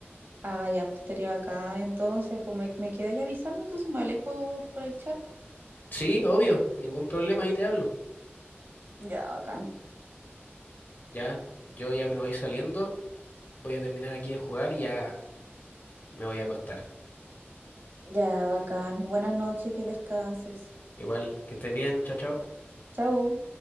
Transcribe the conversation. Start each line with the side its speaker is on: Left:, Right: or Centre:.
Right: ah, ya, pues estaría bacán, entonces, pues me, me quedáis avisando, entonces me habléis por, por el chat.
Left: Sí, obvio, ningún problema, ahí te hablo.
Right: Ya, bacán.
Left: Ya, yo ya me voy saliendo, voy a terminar aquí de jugar y ya me voy a acostar.
Right: Ya, bacán. Buenas noches, que descanses.
Left: Igual, que estés bien, chao, chao.
Right: Chao.